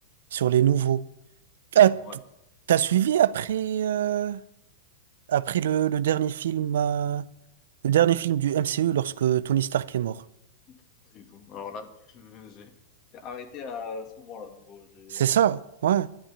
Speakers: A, on the right; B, on the left.
A: sur les nouveaux. Ah, t-
B: Ouais.
A: t'as suivi après, euh, après le, le dernier film, euh, le dernier film du MCU lorsque Tony Stark est mort.
B: Pff, Pas du tout. Alors là, <laughs> tu- j'ai j'ai arrêté à ce moment-là. en gros. J'ai-
A: C'est ça, ouais.